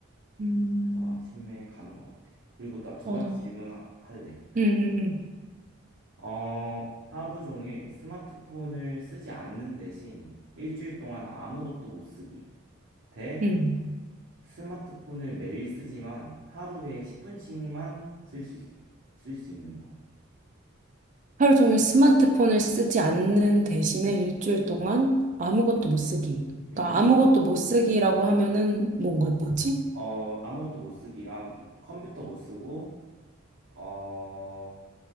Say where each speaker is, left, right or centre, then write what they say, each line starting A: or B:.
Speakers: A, on the right; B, on the right.
A: 음,
B: 그래서 아침에 가는 것 같아. 그리고 나 두
A: 맞아.
B: 번째 질문 하- 할래.
A: 음, 음, 음.
B: 어, 하루 종일 스마트폰을 쓰지 않는 대신 일주일 동안 아무것도 못 쓰기. 대
A: 음.
B: 스마트폰을 매일 쓰지만 하루에 10분씩만 쓸 수, 쓸 수 있는 거.
A: 하루 종일 스마트폰을 쓰지 않는 대신에 일주일 동안 아무것도 못 쓰기.
B: 그러니까
A: 그러니까
B: 스마트,
A: 아무것도 못 쓰기라고 하면은 뭔가 뭐지?
B: 어, 아무것도 못 쓰기랑 컴퓨터 못 쓰고, 어,